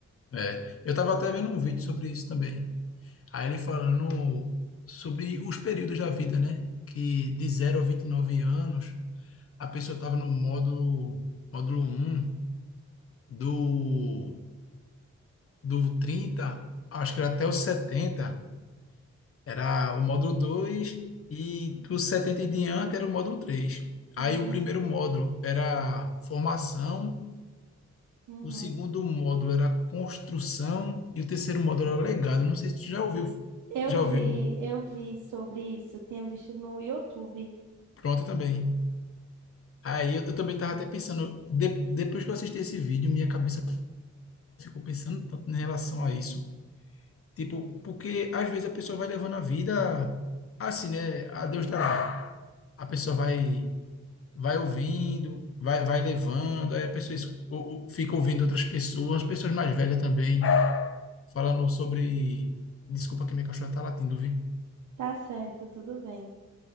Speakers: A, on the left; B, on the right.
A: É, eu tava até vendo um vídeo sobre isso também. Aí ele falando sobre os períodos da vida, né? Que de zero a 29 anos, a pessoa tava no módulo, módulo um do, do 30, acho que era até os setenta era o módulo 2 e dos 70 em diante era o módulo 3.
B: Uhum,
A: Aí o primeiro módulo era formação,
B: uhum.
A: O segundo módulo era construção e o terceiro módulo era legado. Não sei se tu já ouviu.
B: Eu
A: Já
B: vi,
A: ouviu?
B: eu vi sobre isso, tinha visto no YouTube.
A: Pronto também. Aí eu, eu também estava até pensando, de- depois que eu assisti esse vídeo, minha cabeça ficou pensando tanto em relação a isso. Tipo, porque às vezes a pessoa vai levando a vida assim, né? A Deus dará. A pessoa vai vai ouvindo, vai vai levando, aí a pessoa es- ou- ou fica ouvindo outras pessoas, pessoas mais velhas também, falando sobre... Desculpa que minha cachorra tá latindo, viu?
B: Tá certo, tudo bem.